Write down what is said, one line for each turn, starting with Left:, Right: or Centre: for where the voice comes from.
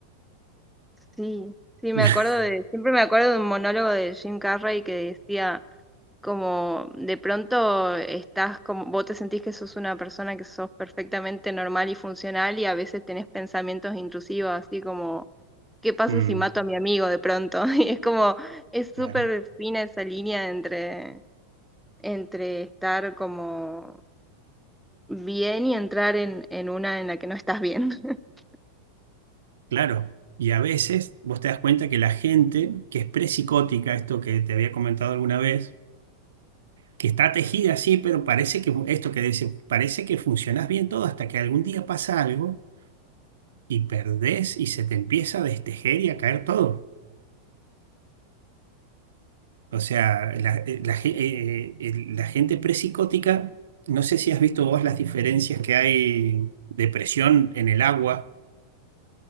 Centre: Sí, sí, me
Right: <laughs>
Centre: acuerdo de, siempre me acuerdo de un monólogo de Jim Carrey que decía como de pronto estás como, vos te sentís que sos una persona que sos perfectamente normal y funcional y a veces tenés pensamientos intrusivos, así como ¿qué pasa
Right: Mm,
Centre: si mato a mi amigo de pronto? <laughs> Y es como, es súper
Right: Claro.
Centre: fina esa línea entre, entre estar como bien y entrar en, en una en la que no estás bien. <laughs>
Right: claro. Y a veces vos te das cuenta que la gente que es psicótica esto que te había comentado alguna vez, que está tejida así, pero parece que esto que dice, parece que funcionas bien todo hasta que algún día pasa algo y perdés y se te empieza a destejer y a caer todo. O sea, la, eh, la ge- eh, eh, la gente prepsicótica, no sé si has visto vos las diferencias que hay de presión en el agua,